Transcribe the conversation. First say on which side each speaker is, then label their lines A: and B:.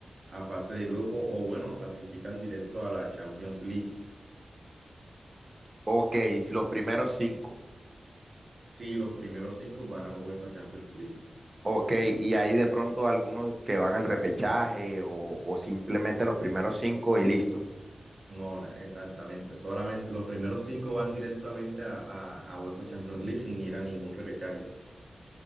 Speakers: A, on the right; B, on the right.
A: a fase de grupo o bueno, clasifican directo a la Champions League.
B: Ok, los primeros cinco.
A: Sí, los primeros cinco van a UEFA Champions League.
B: Ok, y hay de pronto algunos que van al repechaje o, o simplemente los primeros cinco y listo.
A: No, na- exactamente. Solamente los primeros cinco van directamente a, a, a UEFA Champions League sin ir a ningún repechaje.